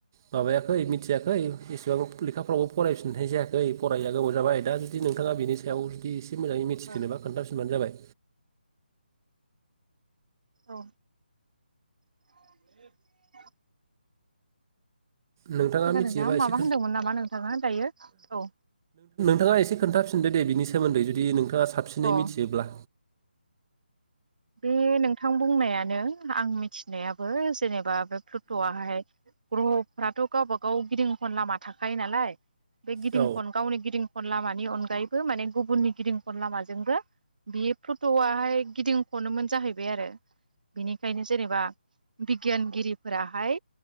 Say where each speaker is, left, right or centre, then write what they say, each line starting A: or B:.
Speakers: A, on the right; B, on the right.
A: माबायाखै मिथियाखै एसेबां लेखाफ्राव फरायफिननाय जायाखै फरायैया गोबाव जाबाय दा जुदि नोंथाङा बिनि सायाव जुदि से मोजाङै मिथिफिनोबा
B: औ
A: खोनथाफिनबानो जाबाय
B: औ <unintelligible>
A: नोंथाङा
B: खोनादोंना
A: मिथियोबा
B: माबा
A: एसे
B: होनदोंमोन नामा नोंथाङा दायो औ
A: नोंथाङा एसे खोनथाफिनदो दे बेनि सोमोन्दै जुदि नों थाङा साबसिनै
B: अ
A: मिथियोब्ला
B: बे नोंथां बुंनायानो आं मिथिनायाबो जेनेबा बे प्लुटआहाय ग्रहफ्राथ गावब गाव गिदिं खन लामा थाखायो नालाय बे गिदिंखन
A: औ
B: गावनि गिदिं खन लामानि अनगायैबो माने गुबुननि गिदिं खन लामाजोंबो बि प्लुतआहाय गिदिं खनोमोन जाहैबाय आरो बिनिखायनो जेनेबा बिगियानगिरिफोराहाय